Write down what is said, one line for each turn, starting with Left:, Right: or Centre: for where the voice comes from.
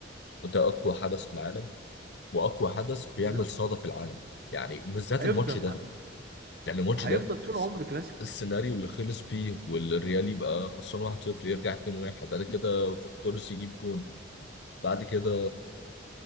Left: ده اقوى حدث في العالم واقوى حدث بيعمل
Right: بالظبط
Left: صدى في العالم يعني بالذات
Right: هيفضل
Left: الماتش ده يعني الماتش
Right: هيفضل
Left: ده
Right: طول عمر كلاسيكو
Left: السيناريو اللي خلص بيه والريال يبقى خسران 1-0 يرجع 2-1 بعد كده توريس يجيب جون بعد كده